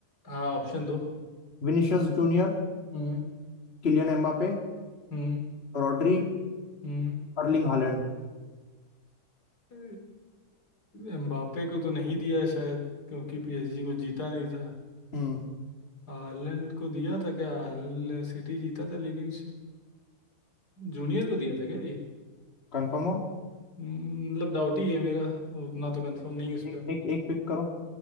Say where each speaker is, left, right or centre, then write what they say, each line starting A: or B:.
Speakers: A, on the left; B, on the left.
A: हाँ ऑप्शन दो
B: Vinicius Junior
A: हम्म
B: Kylian Mbappe
A: हम्म
B: Rodri
A: हम्म
B: Erling Haaland
A: अ, एम्बापे को तो नहीं दिया शायद क्योंकि पीएसजी को जीता नहीं था
B: हम्म
A: हालैंड को दिया था क्या हाल सिटी जीता था लेकिन जूनियर को दिया था क्या ये
B: कंफर्म हो
A: हम्म, मतलब डाउट ही है मेरा उतना तो कंफर्म नहीं है उस
B: एक
A: पर
B: एक एक पिक करो